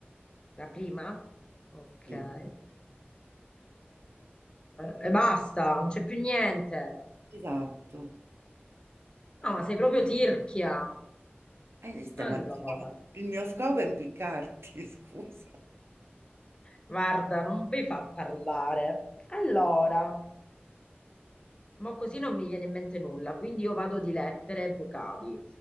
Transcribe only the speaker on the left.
La prima? Ok.
Eh, e basta, non c'è più niente.
No, ma sei proprio tirchia.
Allora,
guarda, non mi fa parlare. Allora. Ma così non mi viene in mente nulla, quindi io vado di lettere e vocali.